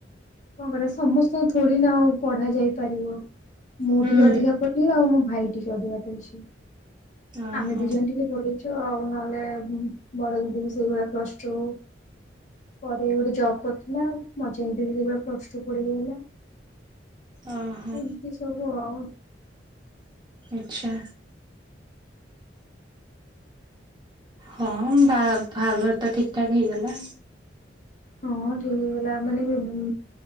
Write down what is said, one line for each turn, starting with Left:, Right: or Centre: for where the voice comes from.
Left: କଣ କରିବା ସମସ୍ତଙ୍କୁ ଥୋଡି ନା ଆଉ ପଢା ଯାଇ ପାରିବ। ମୁଁ
Right: ହୁଁ।
Left: ଟିକେ ଅଧିକା ପଢିଲି ଆଉ ମୋ ଭାଇ ଟିକେ ଅଧିକା ପଢ଼ିଛି
Right: ଓହୋ
Left: ଆମେ ଦି ଜଣ ଟିକେ ପଢ଼ିଚୁ। ଚୁ ଆଉ ନହେଲେ ବଡ ଦିଦି ବି ସେଇଭଳିଆ ପ୍ଲସ ଟୁ। ପରେ ଗୋଟେ କରୁଥିଲା ମଝିଆ ଦିଦି ବି ସେ ଭଳିଆ ପ୍ଲସ୍ ଟୁ ପଢିକି ରହିଲା।
Right: ଓହୋ।
Left: ଏମିତି ସବୁ ଆଉ।
Right: ଆଚ୍ଛା। ହଁ ବା ବାହାଘର ତ ଠିକି ଠାକ ହେଇଗଲା।
Left: ହଁ ଠିକ୍ ହେଇଗଲା ମାନେ ଏ ବୁ।